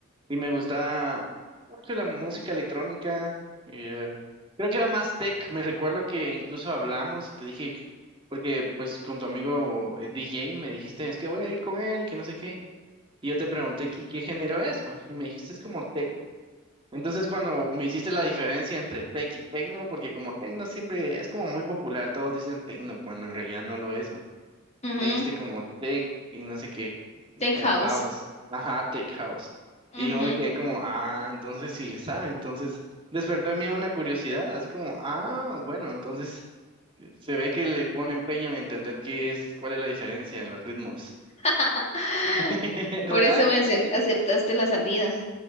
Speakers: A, on the right (about 25°); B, on the left (about 30°).
A: y me gustaba mucho la música electrónica. eh, creo que era más tech. Me recuerdo que incluso hablamos y te dije, que- porque pues con tu amigo eh, DJ me dijiste, es que voy a ir con él, que no sé qué. Y yo te pregunté, ¿y qué género es? va?", Y me dijiste, es como tech. Entonces cuando me hiciste la diferencia entre tech y techno, porque como techno siempre es como muy popular, todos dicen techno, cuando en realidad no lo es. ¿no?
B: Ujú,
A: Me dijiste como tech y no sé qué,
B: Tech
A: como
B: house.
A: house. Ajá, tech house. Y
B: Ujú.
A: yo me quedé como, ah, entonces sí le sabe. Entonces despertó en mí una curiosidad, así como, ah, bueno, entonces eh, se ve que le pone empeño en entender qué es, cuál es la diferencia en los ritmos.
B: <laughs>
A: <laughs> Real,
B: Por eso me ace-
A: sí.
B: aceptaste la salida.